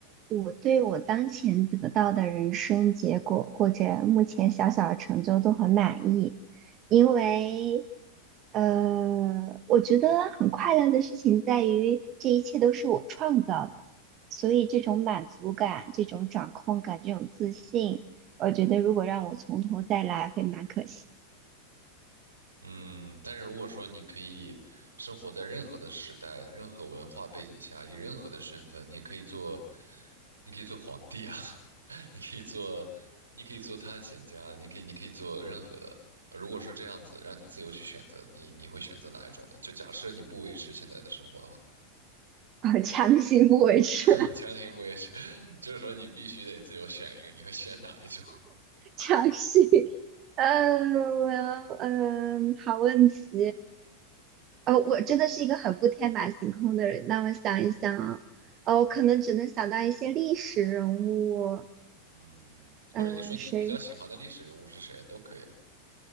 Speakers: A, on the right; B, on the right.
A: 我对我当前得到的人生结果或者目前小小的成就都很满意，因为，呃，我觉得很快乐的事情在于这一切都是我创造的，所以这种满足感、这种掌控感、这种自信，我觉得如果让我从头再来会蛮可惜，
B: 嗯，但是如果说你可以生活在任何的时代、任何文化背景下，以任何的身份，你可以做，你可以做皇帝啊，<laughs> 你可以做，你可以做探险家，你可以，你可以做任何的。如果说这样子让你自由去选择，你你会选择哪一种呢？就假设你不维持现在的生活的话，
A: <laughs> 我强行不为之。
B: <laughs> 强行不维持，就是说你必须得自由选一个，你会选哪一种？
A: 尝试，<laughs> 嗯，我要嗯，好问题。呃，我真的是一个很不天马行空的人。那我想一想啊，呃，我可能只能想到一些历史人物，
B: 嗯，
A: 嗯、
B: 或者你说你比较喜欢的历史人物是谁都可以啊，
A: 谁